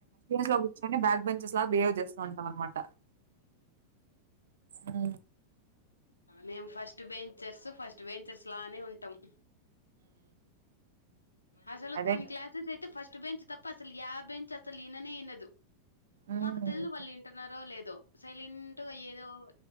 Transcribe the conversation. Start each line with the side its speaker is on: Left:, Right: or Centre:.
Right: కాకపోతే బ్యాక్ పెంచెస్ అట్లా బిహేవర్ చేస్తూ ఉంటన్నమాట ఊ
Left: మేము ఫస్ట్ బెంచెస్ ఫస్ట్ వెంచర్స్ లానే ఉంటము అసలు
Right: అదే
Left: కొన్ని క్లాసేస్ అయితే ఫస్ట్ ఫస్ట్ బెంచీ తప్ప అసలు లాస్ట్ బెంచ్ అసలు ఇననే ఇనదు
Right: ఉమ్
Left: మాకు తెలువది వాళ్ళు వింటున్నారో లేదో సైలెంట్ గ ఏదో ఒ